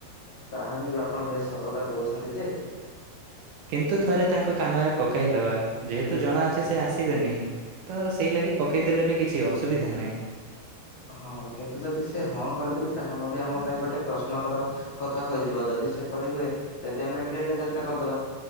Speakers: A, on the left; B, on the right.
A: ତାହା ବି ଆପଣ ବେଶ ସତ କତା କହୁଛନ୍ତି ଯେ
B: କିନ୍ତୁ ଥରେ ତାଙ୍କ କାନରେ ପକାଇଦବା ଯେହେତୁ ଜଣା ଅଛି ସେ ଆସିବେନି। ତ ସେଇ ଲାଗି ପକେଇଦେଲେ ବି କିଛି ଅସୁବିଧା ନାହିଁ।
A: ହଁ କିନ୍ତୁ ଯଦି ସେ ହଁ କରିଦେଲେ ତାହା ମଧ୍ୟ ଆମ ପାଇଁ ଗୋଟେ ପ୍ରଶ୍ନ କର କଥା ହୋଇଯିବ ଯଦି ସେପରି ହୁଏ ତେବେ ଆମେ ଟ୍ରେନରେ ଯାତ୍ରା କରିଦବା।